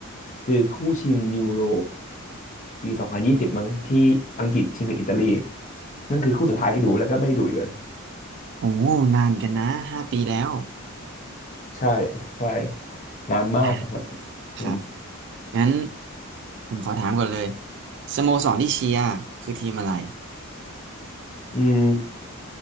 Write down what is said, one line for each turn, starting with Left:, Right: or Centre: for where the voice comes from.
Left: คือคู่ชิงยูโรปีสองพันยี่สิบมั้งที่อังกฤษชิงกับอิตาลีนั่นคือคู่สุดท้ายที่ดูแล้วก็ไม่ดูอีกเลย
Right: โอ้นานกันนะห้าปีแล้ว
Left: ใช่ใช่นานมากครับ
Right: อ่ะครับ
Left: อืม
Right: งั้นผมขอถามก่อนเลยสโมสรที่เชียร์คือทีมอะไร
Left: อืม